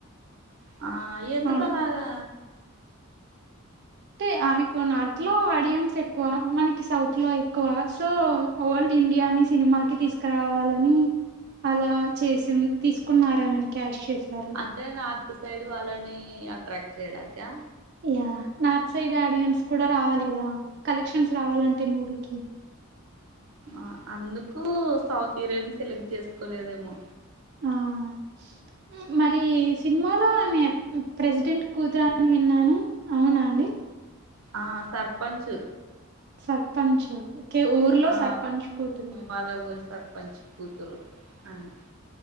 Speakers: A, on the right; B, on the right.
A: ఆ ఎందుకు
B: ఆమె
A: ఆలాగా
B: అంటే ఆమెకు నార్త్ లో ఆడియన్స్ ఎక్కువ మనకి సౌత్ లో ఎక్కువ సో ఓల్డ్ ఇండియాని సినిమాకి తీసుకురావాలని అలా చేసి తీసుకున్నారే మేని క్యాష్ చేశారు
A: అంటే నార్త్ సైడ్ వాళ్ళని అట్రాక్ట్ చేయడానీక
B: యా నార్త్ సైడ్ ఆడియన్స్ కూడా రావాలి కదా కలెక్షన్స్ రావాలంటే మూవీకి
A: ఆ అందుకు సౌత్ హీరోయిన్స్ ని సెలెక్ట్ చేసుకోలేదేమో
B: ఆ హ్ మరి సినిమాలో ఆమె ప్రెసిడెంట్ కూతురని విన్నాను అవునా అండి
A: ఆ సర్పంచ్
B: సర్పంచ్ ఓకే ఊర్లో
A: ఆ
B: సర్పంచ్ కూతురు
A: వాళ్ళ ఊరి సర్పంచ్ కుతురు అని